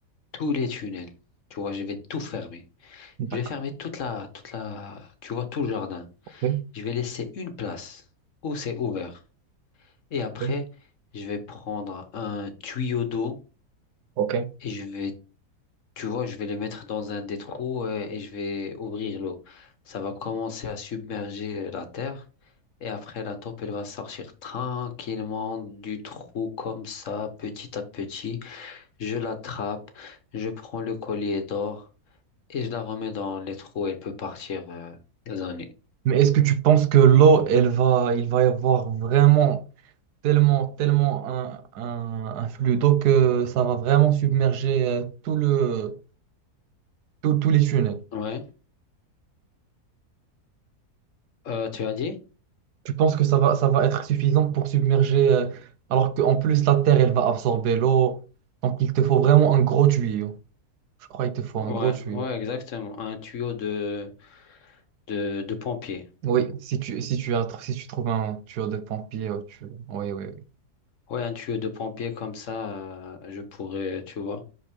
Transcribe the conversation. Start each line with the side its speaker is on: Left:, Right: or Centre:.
Left: tous les tunnels. Tu vois, je vais tout fermer.
Right: D'accord.
Left: Je vais fermer toute la, toute la, tu vois, tout le jardin.
Right: ok,
Left: Je vais laisser une place où c'est ouvert. Et après,
Right: ok.
Left: je vais prendre un tuyau d'eau
Right: ok.
Left: et je vais, tu vois, je vais le mettre dans un des trous euh, et je vais ouvrir l'eau. Ça va commencer à submerger la terre. Et après, la taupe, elle va sortir tranquillement du trou comme ça, petit à petit. Je l'attrape, je prends le collier d'or et je la remets dans les trous. Elle peut partir, euh, dans
Right: Mais est-ce que tu penses que l'eau, elle va, il va y avoir vraiment tellement, tellement un, un, un flux d'eau que ça va vraiment submerger euh, tout le, tout- tous les tunnels?
Left: Ouais, Euh, tu as dit?
Right: Tu penses que ça va, ça va être suffisant pour submerger, euh, alors qu'en plus la terre, elle va absorber l'eau. Donc il te faut vraiment un gros tuyau. Je crois qu'il te faut un
Left: Ouais,
Right: gros tuyau.
Left: ouais, exactement. Un tuyau de, de, de pompier.
Right: Oui, si tu, si tu, as- si tu trouves un tuyau de pompier, euh, tu... oui, oui, oui.
Left: Ouais, un tuyau de pompier comme ça, euh, je pourrais, tu vois,